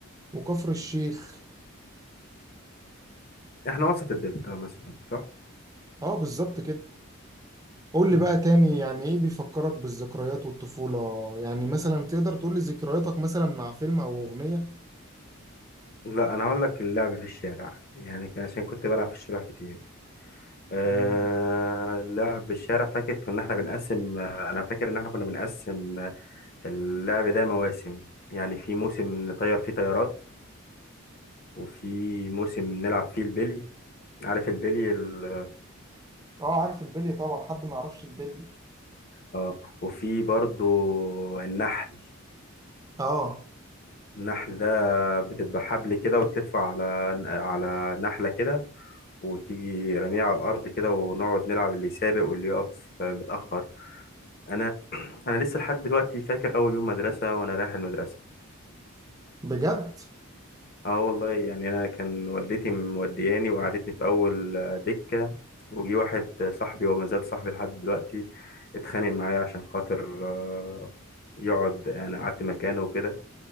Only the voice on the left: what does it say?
احنا وسط الدلتا مثلا صح
مم.
لا انا هقول لك اللعب في الشارع يعني كان عشان كنت بلعب في الشارع كتير أه
لعب الشارع فاكر كنا احنا بنقسم آه، انا فاكر ان احنا كنا بنقسم آه، اللعب ده مواسم يعني في موسم نطير فيه طيارات وفي موسم نلعب فيه البلي عارف البلي ال-
اه وفي برضو النحل
النحل ده بتبقى حبل كده وتلفه على على نحلة كده وتيجي رميه على الارض كده ونقعد نلعب اللي يسابق واللي يقف آه، متاخر انا <clears throat> انا لسه لحد دلوقتي فاكر اول يوم مدرسه وانا رايح المدرسه
اه والله يعني انا كان والدتي مودياني وقعدتني في اول آه، دكه وجي واحد صاحبي وما زال صاحبي لحد دلوقتي اتخانق معايا عشان خاطر آه، يقعد يعني قعدت مكانه وكده